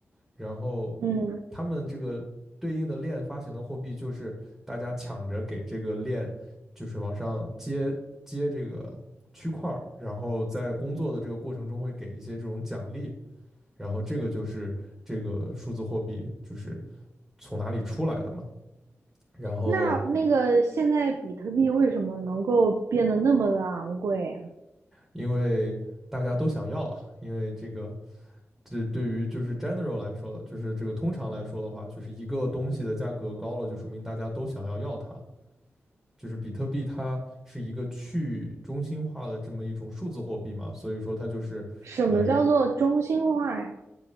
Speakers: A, in the centre; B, on the right.
A: 然后
B: 嗯
A: 他们这个对应的链发行的货币，就是大家抢着给这个链，就是往上接接这个区块儿，然后在工作的这个过程中会给一些这种奖励。然后这个就是这个数字货币就是从哪里出来的嘛。然后
B: 那那个现在比特币为什么能够变得那么的昂贵啊？
A: 因为大家都想要啊，因为这个这对于就是 general 来说的，就是这个通常来说的话，就是一个东西的价格高了，就说明大家都想要要它。就是比特币它是一个去中心化的这么一种数字货币嘛，所以说它就是呃有
B: 什么叫做中心化呀？